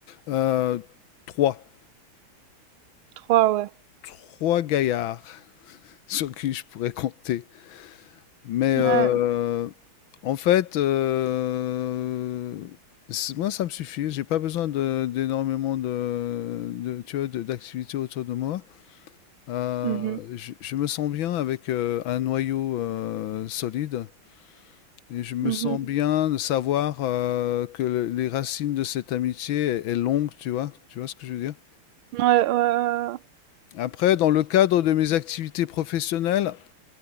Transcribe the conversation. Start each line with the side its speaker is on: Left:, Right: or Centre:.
Left: euh, trois.
Right: Trois, ouais.
Left: Trois gaillards. sur qui je pourrais compter. Mais
Right: Ouais.
Left: euh, en fait, euh, c- moi, ça me suffit. J'ai pas besoin de- d'énormément de, de- tu vois, de- d'activités autour de moi. Euh,
Right: Mhm.
Left: je, je me sens bien avec euh, un noyau euh, solide. Et je me
Right: Mhm.
Left: sens bien de savoir euh, que le- les racines de cette amitié est, est longue, tu vois, tu vois ce que je veux dire?
Right: Ouais, ouais,
Left: Après, dans le cadre de mes activités professionnelles,